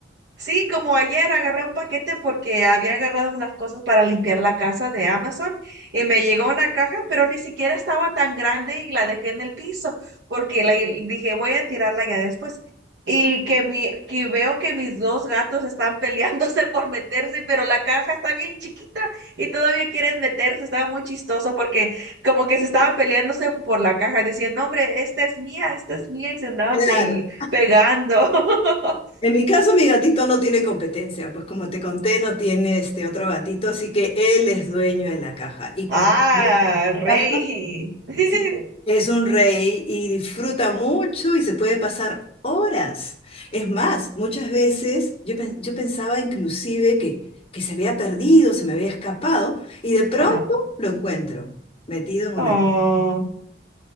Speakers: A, on the right; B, on the left.
A: sí, como ayer agarré un paquete porque había agarrado unas cosas para limpiar la casa de Amazon y me llegó una caja, pero ni siquiera estaba tan grande y la dejé en el piso porque la, dije voy a tirarla ya después. Y que, mi, que veo que mis dos gatos están peleándose <laughs> por meterse, pero la caja está bien chiquita y todavía quieren meterse. Estaba muy chistoso porque como que se estaban peleándose por la caja, decían, no, hombre, esta es mía, esta es mía y se andaban
B: Claro.
A: pe- pegando. <laughs>
B: En mi caso, mi gatito no tiene competencia, pues como te conté, no tiene este otro gatito, así que él es dueño de la caja. Y cuando
A: Ah,
B: tiene
A: el rey.
B: caja,
A: <laughs>
B: sí, es un rey y disfruta mucho y se puede pasar horas. Es más, muchas veces yo, pe- yo pensaba inclusive que, que se había perdido, se me había escapado, y de pronto
A: Ajá.
B: lo encuentro, metido en
A: Oh.
B: una caja.